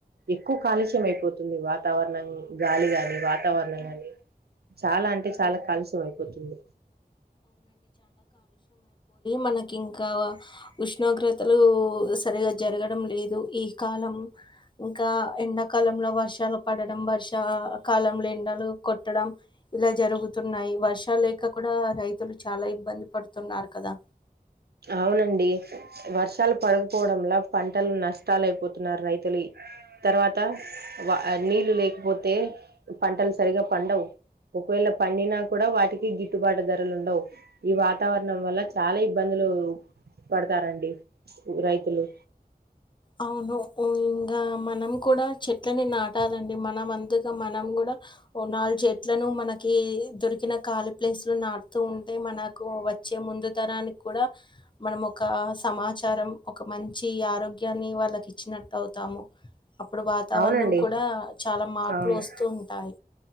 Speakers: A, on the right; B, on the left.
A: ఎక్కువ కాలుష్యం అయిపోతుంది. వాతావరణం గాలి గాని వాతావరణం గాని చాలా అంటే చాలా కాలుష్యం అయిపోతుంది.
B: మనకి ఇంకావ ఉష్ణోగ్రతలు ఉస్ సరిగజ్ జరగడం లేదు ఈ కాలం ఇంకా ఎండకాలంలో వర్షాలు పడడం, వర్ష కాలంలో ఎండలు కొట్టడం. ఇలా జరుగుతున్నాయి వర్ష్ ర్షాలు లేక కూడా రైతులు చాలా ఇబ్బంది పడుతున్నారు కదా
A: అవునండి వర్షాలు పడకపోవడంలా పంటలు నష్టాలయిపోతున్నారు రైతులు. తర్వాత వా నీళ్ళు లేకపోతే పంటలు సరిగా పండవు, ఒకవేళ పండినా కూడ వాటికి గిట్టుబాటు ధరలు ఉండవు ఈ వాతావరణం వల్ల చాలా ఇ. ఇబ్బందులు పడతారండి రైతులు
B: అవును సో ఇంగ మనం కూడా చె ట్లని నాటాలండి మన వంతుగా మనం కూడా ఓ నాల్ చె ట్లను మనకి దొరికిన ఖాళీ ప్లేస్ లో నాటుతూ ఉంటే మనకు వచ్చే ముందు తరానికి కూడా, మనం ఒక సమాచారం ఒక మంచి ఆరోగ్. యాని వాళ్ళకి ఇచ్చిన తావుతాము అప్పుడు వాతావరణం
A: అవునండి
B: కూడా చాలా మార్పులు
A: అవును
B: వస్తూ ఉంటాయ్